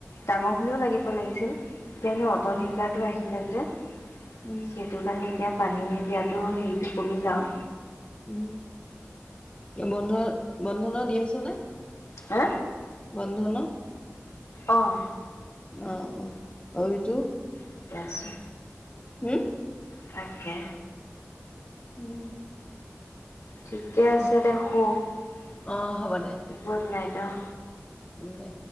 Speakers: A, on the left (about 80°); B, on the left (about 25°).
A: ডাঙৰ হলেও লাগিব লাগিছিল এতিয়ানেই অ'টোডিংকাৰাৰটো
B: উম
A: আহিলে যে
B: উম
A: সেইটো কাৰণে এতিয়া পানী দিয়াতো হেৰিটো কমি লাওঁ
B: উম বন্ধ বন্ধন দি আছ নে
A: হে
B: বন্ধ ন
A: অহ
B: অ অ অভিটো
A: ঠিকে আছে
B: হম
A: তাকে
B: উম,
A: ঠিকে আছে
B: অ',
A: দে শুই
B: অ', হ'ব দে,
A: গুড নাইট অঁ
B: উম দে